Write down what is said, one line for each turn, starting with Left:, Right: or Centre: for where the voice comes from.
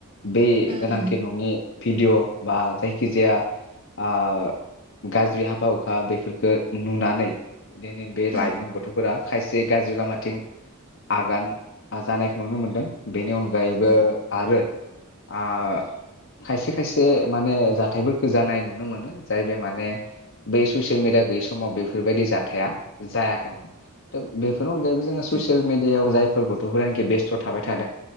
Left: बे
Right: उम
Left: गोनांथि
Right: उम
Left: नङि भिडिय बा जायखिजाया ओ गाज्रि हाबा हुखा बेफोरखो नुनानै देनोंदे
Right: उम
Left: लाइमोन गथ'फोरा खायसे गाज्रि लामाथिं आगान आ जानायखौ नुनो मोनदों बेनि अनगायै
Right: उम
Left: गायैबो आरो आ खायसे खायसे माने जाथायफोर जानाय नुनो मोनो जाय बे माने बै ससियेल मिडिया गैयै समाव बेफोरबायदि जाथाया जायाखैमोन दा बेफोर फोरनि अनगायै जोङो ससियेल
Right: उम
Left: मिडियायाव जाय गथ'फोरानोखि बेस्थ' थाबाय थादों